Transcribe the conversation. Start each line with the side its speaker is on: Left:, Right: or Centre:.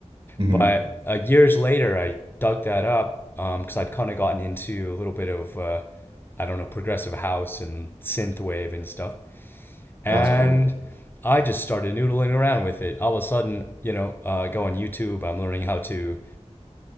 Right: hmm
Left: But uh, years later, I dug that up because um, I'd kind of gotten into a little bit of, uh, I don't know, progressive house and synthwave and stuff and
Right: That's cool.
Left: I just started noodling around with it. All of a sudden, you know, uh, I go on YouTube. I'm learning how to